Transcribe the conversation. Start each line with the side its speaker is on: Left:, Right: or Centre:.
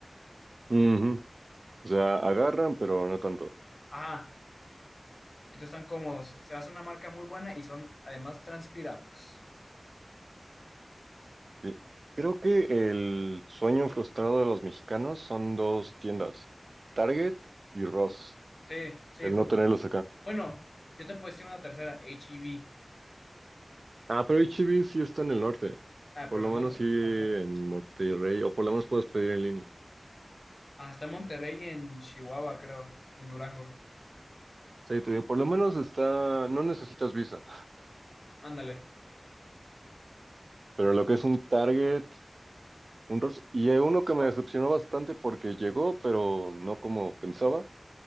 Right: ujú. O sea, agarran, pero no tanto.
Left: Ah, Entonces están cómodos, se hace una marca muy buena y son además transpirables.
Right: Sí. Creo que el sueño frustrado de los mexicanos son dos tiendas, Target y Ross,
Left: Sí, sí,
Right: el no
Left: justo.
Right: tenerlos acá.
Left: Bueno, yo te puedo decir una tercera, H-E-B.
Right: Ah, pero HB sí está en el norte,
Left: Ah,
Right: por
Left: pero
Right: lo
Left: no,
Right: menos sí en
Left: acá.
Right: Monterrey, o por lo menos puedes pedir en línea.
Left: Hasta Monterrey y en Chihuahua, creo, y en Durango.
Right: Sí, te digo, por lo menos está, no necesitas visa,
Left: Ándale,
Right: pero
Left: justo.
Right: lo que es un Target, un Ross, y hay uno que me decepcionó bastante porque llegó, pero no como pensaba,